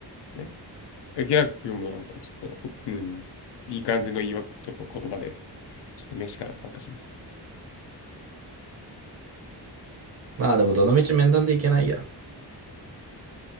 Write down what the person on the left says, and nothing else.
ね。でキラ君もなんかちょっと、うん、いい感じの言い訳、ちょっと言葉で、ちょっと飯から参加します。